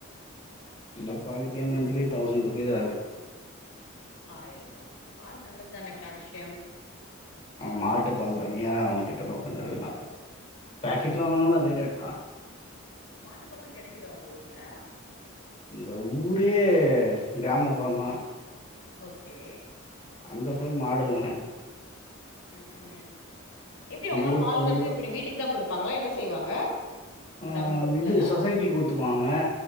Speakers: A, on the left; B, on the left.
A: இல்ல பாலுக்கே மந்த்லி தௌசண்ட் ருபீஸ் ஆகுது
B: ஆய்டுந்தா பால் நல்லது தான கால்சியம்
A: மாட்டு
B: நல்லது
A: பால் தனியா
B: தான
A: அவுங்க கிட்ட லோக்கல்ல <unintelligible> பேக்கெட்ல
B: ம் ம்
A: வாங்கனாலு அதே ரேட் தா
B: மாட்டுப்பால்லா கெடைக்குதா உங்க ஊர்ல
A: இங்க ஊரே கிராமப்புறந்தா
B: ஓகே
A: அங்க போய் மாடுயில்லனா
B: ம்க்கு எப்டி அவுங்கல்லா
A: ஊர்
B: பால்
A: ஃபுல்லா
B: கறந்து இப்டி வீட்டுக்கு தா குடுப்பாங்களா என்ன செய்வாங்க
A: ம்
B: கிராமப்புறத்துலல்லா
A: இது சொசைட்டிக்கு ஊத்துவாங்க